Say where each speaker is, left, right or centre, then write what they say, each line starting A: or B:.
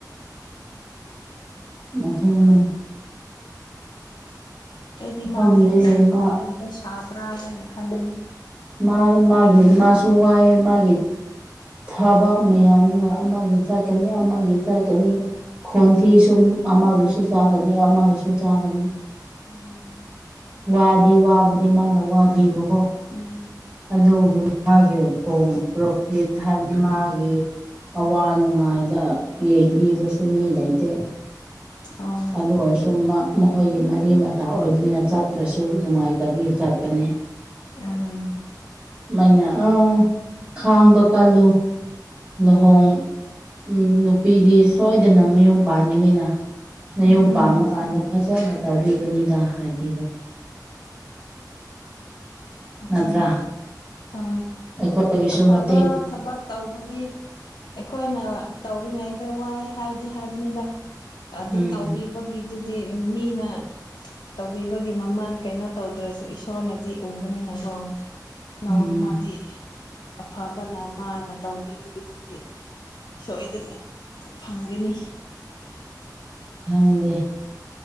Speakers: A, on the right; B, on the left.
A: ꯑꯁꯅꯦ
B: ꯑꯩꯗꯤ
A: ꯈꯪꯗꯦ
B: ꯃꯥ ꯐꯤ
A: ꯃꯥ
B: ꯐꯤꯒꯨꯝꯕ ꯁꯥꯕ꯭ꯔꯥ ꯍꯥꯏꯅ ꯈꯟꯕꯅꯤ꯫
A: ꯃꯥ ꯃꯥꯒꯤ ꯃꯥꯁꯨ ꯋꯥꯑ ꯃꯥꯒꯤ꯫ ꯊꯕꯛ ꯃꯌꯥꯝꯗꯨ ꯑꯃꯒꯤ ꯆꯠꯀꯅꯤ ꯑꯃꯒꯤ ꯆꯠꯀꯅꯤ꯫ ꯈꯣꯟꯊꯤ
B: ꯎꯝ
A: ꯁꯨꯝ ꯑꯃꯒꯤꯁꯨ ꯆꯥꯒꯅꯤ ꯑꯃꯒꯤꯁꯨ ꯆꯥꯒꯅꯤ꯫
B: ꯎꯝ
A: ꯋꯥꯗꯤ ꯋꯥꯕꯨꯗꯤ ꯃꯥꯅ ꯋꯥꯕꯤꯕꯀꯣ꯫
B: ꯎꯝ
A: ꯑꯗꯨꯒꯤ ꯃꯥꯒꯤ ꯄ꯭ꯔꯣꯐꯤꯠ ꯍꯥꯏꯕꯗꯤ ꯃꯥꯒꯤ ꯑꯋꯥ ꯅꯨꯡꯉꯥꯏꯗ ꯌꯦꯡꯕꯤꯕꯁꯨ ꯃꯤ ꯂꯩꯇꯦ꯫
B: ꯑꯣ
A: ꯑꯗꯨ ꯑꯣꯏꯔꯁꯨ ꯃꯈꯣꯏꯒꯤ ꯃꯔꯤ ꯃꯇꯥ ꯑꯣꯏꯕꯅꯤꯅ ꯆꯠꯇ꯭ꯔꯁꯨ ꯅꯨꯡꯉꯥꯏꯇꯕꯤ ꯆꯠꯄꯅꯦ꯫
B: ꯑꯝ
A: ꯃꯥꯏꯅ ꯑꯥ ꯈꯥꯡꯕ ꯀꯜꯂꯨ꯫ ꯂꯨꯍꯣꯡ ꯎꯝ ꯅꯨꯄꯤꯗꯤ ꯁꯣꯏꯗꯅ ꯃꯌꯨꯝ ꯄꯥꯟꯒꯅꯤꯅ꯫
B: ꯎꯝ
A: ꯅꯌꯨꯝ ꯄꯥꯟꯃꯀꯥꯟꯗ ꯐꯖꯅ ꯇꯧꯕꯤꯕꯅꯤꯗ ꯍꯥꯏꯕꯤꯕ꯫
B: ꯑꯗꯨꯅ
A: ꯅꯠꯇ꯭ꯔꯥ
B: ꯑ
A: ꯑꯩꯈꯣꯏꯒꯤꯁꯨ
B: ꯑꯐꯕ
A: ꯃꯇꯦꯡ
B: ꯊꯕꯛ ꯇꯧꯕꯗꯤ ꯑꯩꯈꯣꯏꯅ꯫ ꯇꯧꯔꯤꯉꯩꯗ ꯋꯥꯏ ꯍꯥꯏꯔꯗꯤ ꯍꯥꯏꯕꯅꯤꯗ꯫ ꯑꯗꯨ
A: ꯎꯝ
B: ꯇꯧꯕꯤꯕꯒꯤꯗꯨꯗꯤ ꯃꯤꯅ꯫ ꯇꯧꯕꯤꯕꯒꯤ ꯃꯃꯜ ꯀꯩꯅꯣ ꯇꯧꯗ꯭ꯔꯁꯨ ꯏꯁꯣꯔꯅꯗꯤ ꯎꯕꯅꯤꯅꯀꯣ꯫ ꯅꯣꯡꯃꯗꯤ
A: ꯎꯝ
B: ꯑꯐꯕꯅ ꯃꯥꯅ ꯇꯧꯕꯤꯕꯒꯤꯗꯨꯗꯤ꯫ ꯁꯣꯏꯗꯅ ꯐꯪꯒꯅꯤ꯫
A: ꯈꯪꯗꯦ